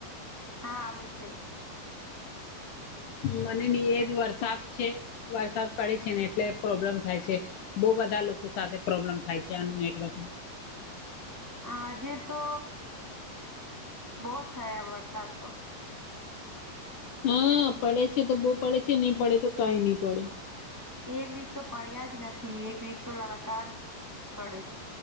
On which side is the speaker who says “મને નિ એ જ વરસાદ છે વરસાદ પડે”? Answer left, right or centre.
Left